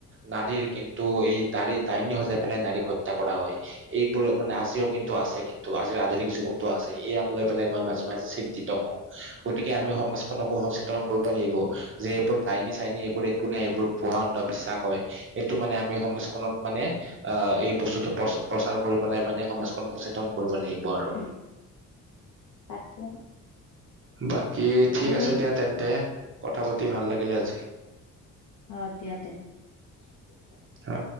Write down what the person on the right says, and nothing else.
নাৰীৰ কিন্তু এই দাৰি দাইনী সজাই পেলাই নাৰীক হত্যা কৰা হয়। এইবোৰ মানে আজিও কিন্তু আছে, কিন্তু আজিৰ আধুনিক যুগতো আছে ইয়াক লৈ পেলাই মই মাজে মাজে চিন্তিত হওঁ। গতিকে আমি সমাজখনকো সচেতন কৰিব লাগিব। যে এইবোৰ দাইনী চাইনী এইবোৰ একো নাই,। এইবোৰ পোৱা অন্ধবিশ্বাস হয়। সেইটো মানে আমি সমাজখনত মানে- অ এই বস্তুটো প্ৰ প্ৰচাৰ কৰি পেলাই মানে সমাজখন সচেতন কৰিব লাগিব। আৰু
বাকী ঠিক
আছে দিয়া তেন্তে কথা পাতি ভাল লাগিলে আজি।
অ।